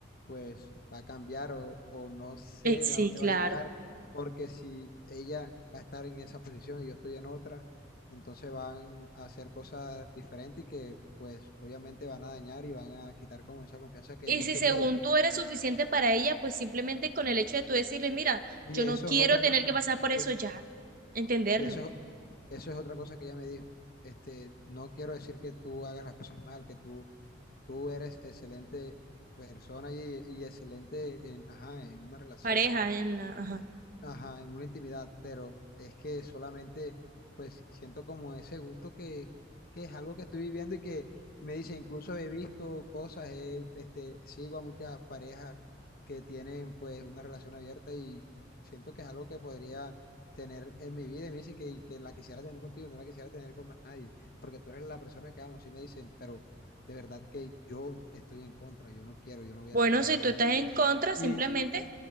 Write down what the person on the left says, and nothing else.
pues va a cambiar o, o no sé
a dónde
va a llegar, porque si ella va a estar en esa posición y yo estoy en otra, entonces van a hacer cosas diferentes y que pues obviamente van a dañar y van a quitar como esa confianza que
hemos
tenido.
Y
eso
es otra
cosa.
Y
eso.
Y eso es, Eso es otra cosa que ella me dijo. Este, no quiero decir que tú hagas las cosas mal, que tú, tú eres excelente persona y, y excelente en, ajá, en una relación,
ajá, en una intimidad, pero es que solamente pues siento como ese gusto que, que es algo que estoy viviendo y que me dice, incluso he visto cosas, he, este, sigo a muchas parejas que tienen pues una relación abierta y siento que es algo que podría tener en mi vida y me dice que, y que la quisiera tener contigo, no la quisiera tener con más nadie, porque tú eres la persona que amo, sí me dicen, pero de verdad que yo estoy en contra, yo no quiero, yo no voy
a aceptar
eso
nunca.
Y